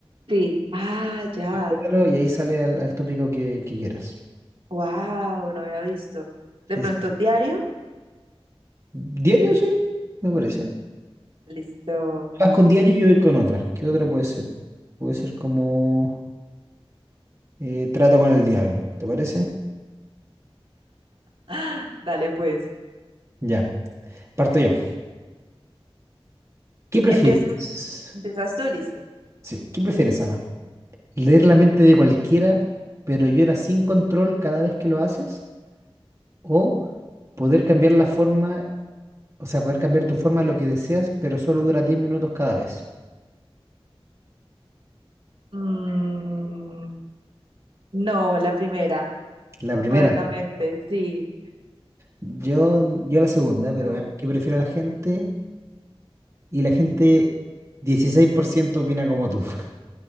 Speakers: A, on the right (about 65°); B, on the right (about 30°).
A: Sí. Ah, ya.
B: Apriétalo y ahí sale al, al tópico que, que quieras.
A: Wow, no había visto. De
B: Sí,
A: pronto,
B: sí.
A: diario.
B: ¿Diario? Sí, me parece.
A: Listo.
B: Vas con diario y yo voy con otra. ¿Qué otra puede ser? Puede ser como eh, trato con el diablo, ¿te parece?
A: Ah, dale, pues.
B: Ya, parto yo. ¿Qué prefieres?
A: Empiezas, empiezas tú, listo.
B: Sí, ¿qué prefieres, Ana? ¿Leer la mente de cualquiera, pero lloras sin control cada vez que lo haces? ¿O poder cambiar la forma, o sea, poder cambiar tu forma a lo que deseas, pero solo dura 10 minutos cada vez?
A: Mm, no, la primera.
B: La primera.
A: Poder la mente, sí.
B: Yo, yo la segunda, pero
A: Tú.
B: veamos qué prefiere la gente. Y la gente, 16% opina como tú. <laughs>